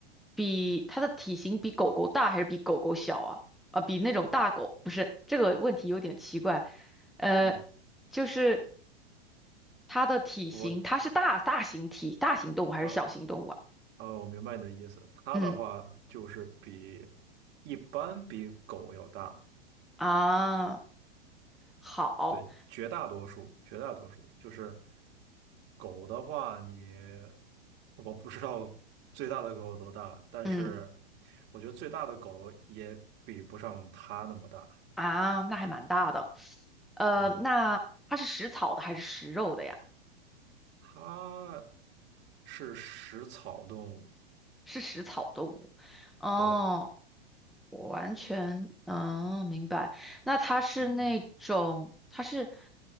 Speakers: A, in the centre; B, on the right.
A: 比它的体型比狗狗大还是比狗狗小啊？啊、比那种大狗，不是，这个问题有点奇怪。呃，
B: 嗯，
A: 就是它的体型，
B: 我
A: 它是大大型体大型动物还是小型动物啊？
B: 啊啊，我明白你的意思。它的话就是比
A: 嗯。
B: 一般比狗要大。
A: 啊，好，
B: 对，绝大多数，绝大多数就是狗的话你，我不知道最大的狗有多大，但是
A: 嗯
B: 我觉得最大的狗也比不上它那么大。
A: 啊，那还蛮大的。呃，
B: 嗯，
A: 那它是食草的还是食肉的呀？
B: 它是食草动物，
A: 是食草动物。哦，
B: 对，
A: 我完全嗯明白。那它是那种，
B: 嗯，
A: 它是